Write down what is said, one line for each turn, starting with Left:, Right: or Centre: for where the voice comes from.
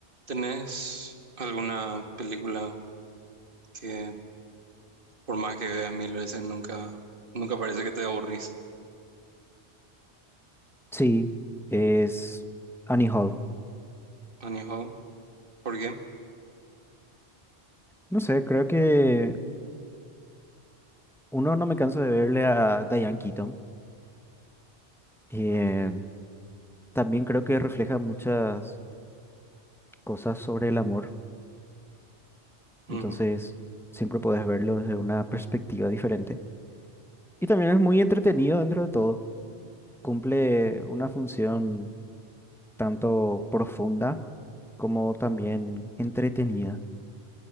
Right: ¿Tenés alguna película que por más que veas mil veces nunca, nunca parece que te aburrís?
Centre: Sí, es Annie Hall.
Right: Annie Hall. ¿Por qué?
Centre: No sé, creo que uno no me canso de verle a Diane Keaton. Eh, también creo que refleja muchas cosas sobre el amor,
Right: Ujú.
Centre: entonces siempre puedes verlo desde una perspectiva diferente. Y también es muy entretenido dentro de todo. Cumple una función tanto profunda como también entretenida.